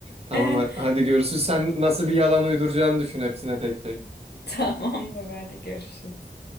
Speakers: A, on the right; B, on the left.
A: Tamam
B: <laughs>
A: ha- hadi görüşürüz. Sen nasıl bir yalan uyduracağını düşün hepsine tek tek.
B: Tamamdır hadi görüşürüz.